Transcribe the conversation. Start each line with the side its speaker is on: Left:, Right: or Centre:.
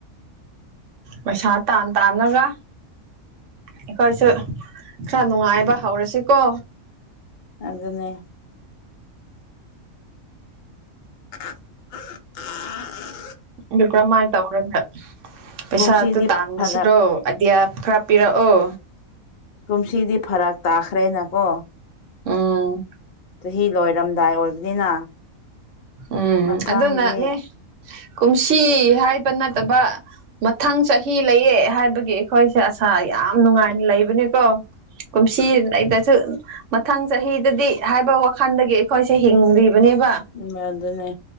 Right: ꯃꯩꯁꯥ ꯇꯥꯟ ꯇꯥꯅꯒ ꯑꯩꯈꯣꯏꯁꯨ ꯈꯔ ꯅꯨꯡꯉꯥꯏꯕ ꯍꯧꯔꯁꯤꯀꯣ
Left: ꯑꯗꯨꯅꯤ ꯑ ꯑ
Right: ꯑꯗꯨ ꯀ꯭ꯔꯃꯥꯏ ꯇꯧꯔꯅꯦ ꯄꯩꯁꯥꯗꯨ
Left: ꯀꯨꯝꯁꯤꯗꯤ
Right: ꯇꯥꯟꯅꯁꯤꯔꯣ
Left: ꯐꯔꯛ
Right: ꯑꯗꯤꯌꯥ ꯈꯔ ꯄꯤꯔꯛꯑꯣ
Left: ꯀꯨꯝꯁꯤꯗꯤ ꯐꯔꯥꯛ ꯇꯥꯈ꯭ꯔꯦꯅꯀꯣ
Right: ꯎ
Left: ꯆꯍꯤ ꯂꯣꯏꯔꯝꯗꯥꯏ ꯑꯣꯏꯕꯅꯤꯅ
Right: ꯎꯝ
Left: ꯃꯊꯪꯗꯤ
Right: ꯑꯗꯨꯗ ꯅꯅꯦ ꯀꯨꯝꯁꯤ ꯍꯥꯏꯕ ꯅꯠꯇꯕ ꯃꯊꯪ ꯆꯍꯤ ꯂꯩꯌꯦ ꯍꯥꯏꯕꯒꯤ ꯑꯩꯈꯣꯏꯁꯦ ꯑꯁꯥ ꯌꯥꯝ ꯅꯨꯡꯉꯥꯏꯅ ꯂꯩꯕꯅꯤꯀꯣ ꯀꯨꯝꯁꯤ ꯂꯩꯗꯁꯨ ꯃꯊꯪ ꯆꯍꯤꯗꯗꯤ ꯍꯥꯏꯕ ꯋꯥꯈꯜꯗꯒꯤ ꯑꯩꯈꯣꯏꯁꯦ ꯍꯤꯡꯂꯤꯕꯅꯦꯕ
Left: ꯎ ꯑꯗꯨꯅꯦ